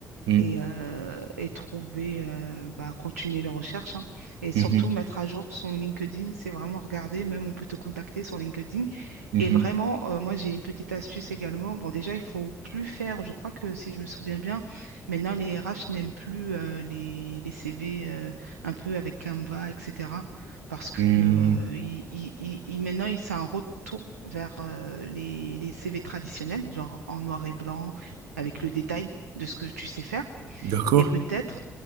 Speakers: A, on the right; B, on the right.
A: mm,
B: et, euh, et trouver, euh, bah, continuer les recherches. hein. Et surtout,
A: mhm,
B: mettre à jour son LinkedIn, c'est vraiment regarder. Même, on peut te contacter sur LinkedIn.
A: mhm,
B: Et vraiment, euh, moi, j'ai une petite astuce également. Bon, déjà, il faut plus faire, je crois que si je me souviens bien, maintenant, les RH n'aiment plus euh, les, les CV euh, un peu avec Canva, etc. Parce que
A: mm.
B: euh, il- il- il- il- maintenant, il- c'est un retour vers euh, les, les CV traditionnels, genre en noir et blanc, avec le détail de ce que tu sais faire.
A: D'accord?
B: Et peut-être,